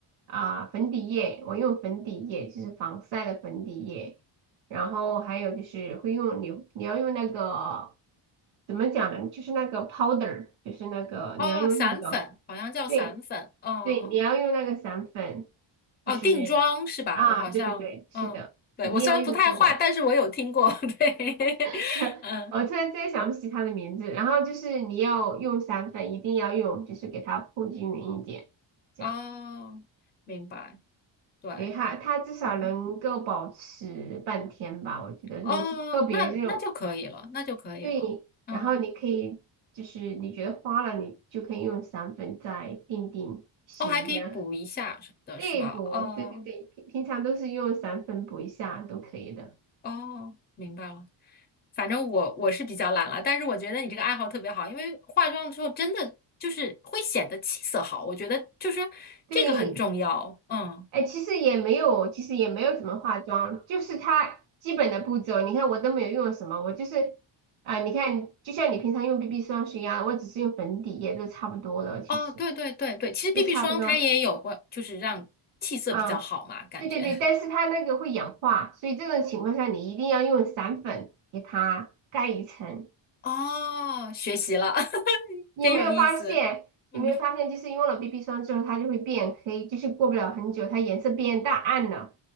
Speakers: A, on the right; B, on the left.
A: 啊、粉底液，我用粉底液，就是防晒的粉底液。然后还有就是会用你你要用那个怎么讲呢？就是那个 powder，就是那个你要用那个
B: <laughs> 哦散粉好像叫散粉，
A: 对
B: 嗯嗯
A: 对，你要用那个散粉，
B: 哦定妆是吧？
A: 就是啊，
B: 我好像嗯对我虽然不太化，
A: 对对对，是的，一定要用这个。
B: 但是我有听过，<laughs> 对
A: <laughs>
B: <laughs> 嗯
A: 我突然之间想不起它的名字。然后就是你要用散粉，一定要用，就是给它铺均匀一点，这样。
B: 哦明白对
A: 对它，它至少能够保持半天吧，
B: 嗯。
A: 我觉得。
B: 哦，
A: 如果是特别热。
B: 那那就可以了，那就可以了。
A: 对，
B: 嗯，
A: 然后你可以就是你觉得花了，你就可以用散粉再定定型这样。
B: 哦，还可以补一下什么的，
A: 对补，
B: 是吧？哦
A: 对对对，平平常都是用散粉补一下都可以的。
B: 哦，明白了。反正我我是比较懒了，但是我觉得你这个爱好特别好，因为化妆之后真的就是会显得气色好，我觉得就是
A: 对，
B: 这个很重要。嗯，
A: 哎，其实也没有，其实也没有怎么化妆，就是它基本的步骤，你看我都没有用什么，我就是啊、你看就像你平常用 BB 霜是一样，我只是用粉底液都差不多了，其实
B: 哦，对对对对，其实 BB
A: 就差不多。
B: 霜它也有过，就是让气色比较好嘛，
A: 啊，
B: 感觉。
A: 对对对，但是它那个会氧化，所以这种情况下你一定要用散粉给它盖一层。
B: <laughs> 哦，学习了，<laughs>
A: 你有没有发现？
B: 真有意思。嗯。
A: 有没有发现，就是用了 BB 霜之后，它就会变黑，就是过不了很久，它颜色变淡暗了。